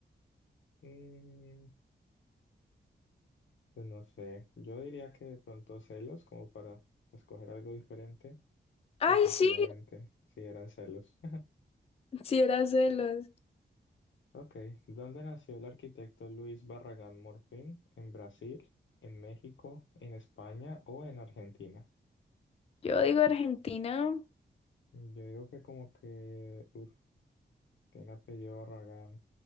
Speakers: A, on the left; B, on the left.
A: mm, pues no sé, yo diría que de pronto celos como para escoger algo diferente.
B: Ay,
A: Efectivamente,
B: sí,
A: sí eran celos. <laughs>
B: sí era celos.
A: Ok, ¿dónde nació el arquitecto Luis Barragán Morfín? ¿En Brasil, en México, en España o en Argentina?
B: Yo digo Argentina.
A: Yo digo que como que, uff, tiene apellido Barragán.